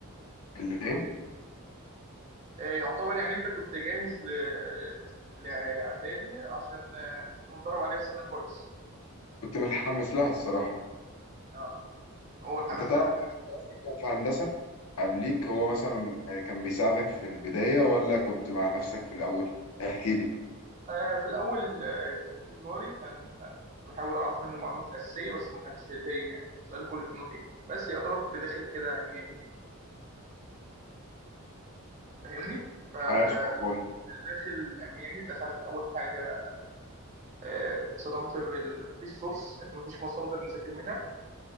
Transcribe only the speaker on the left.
اللي ايه
كنت متحمس لها الصراحة
انت تعرف
حد اصلا كان في هندسة قبليك هو
مثلا كان بيساعدك في البداية ولا كنت مع نفسك في الأول احكي لي
عايش والله